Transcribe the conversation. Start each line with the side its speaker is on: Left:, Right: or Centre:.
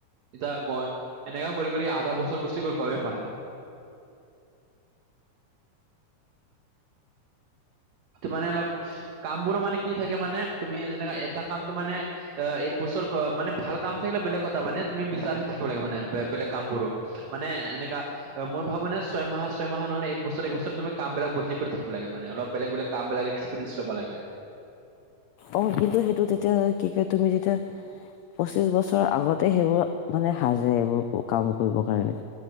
Right: এতিয়া, <unintelligible> এনেকা কৰি, কৰি আধা বছৰ গুছি গ'ল। গমে পোৱা নাই। এইটো মানে, অলপ কাম বোৰো মানে, কি থাকে মানে, তুমি যেনেকা এটা কামটো মানে অ'! এক বছৰ মানে, ভাল কাম থাকিলে, বেলেগ কথা মানে, তুমি বিচাৰি থাকিব লাগে মানে, বেলেগ কাম বোৰো। মানে, এনেকা মই ভাবোঁ ন'! ছয় মাহ, ছয় মাহ নহ'লে, এক বছৰে, বছৰে তুমি কাম বিলাক বদলি কৰি থাকিব লাগে। মানে, অলপ বেলেগ- বেলেগ কামবিলাক এক্সপেয়েঞ্চ ল'ব লাগে।
Left: অ'! কিন্তু, সেইটো তেতিয়া, কি কয়! তুমি যেতিয়া পঁচিশ বছৰৰ আগতে, সেইবোৰ মানে, সাজে কাম কৰিবৰ কাৰণে।